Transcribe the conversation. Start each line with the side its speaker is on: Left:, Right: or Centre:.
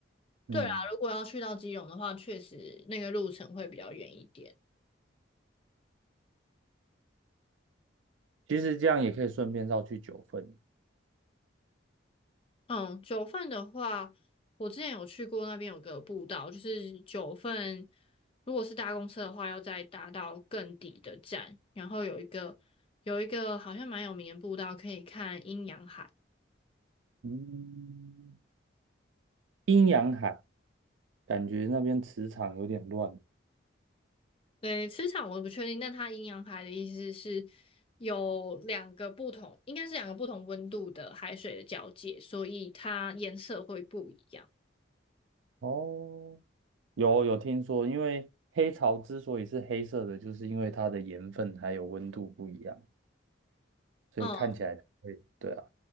Right: 嗯，
Left: 对啦，如果要去到基隆的话，确实那个路程会比较远一点。
Right: 其实这样也可以顺便绕去九份，
Left: 嗯，九份的话，我之前有去过那边有个步道，就是九份，如果是搭公车的话，要再搭到更底的站，然后有一个有一个好像蛮有名的步道，可以看阴阳海。
Right: 嗯。阴阳海，感觉那边磁场有点乱。
Left: 对，磁场我不确定，但它阴阳海的意思是有两个不同，应该是两个不同温度的海水的交界，所以它颜色会不一样。
Right: 哦，有有听说，因为黑潮之所以是黑色的，就是因为它的盐分还有温度不一样，所以看起来它会，
Left: 嗯，
Right: 对啊，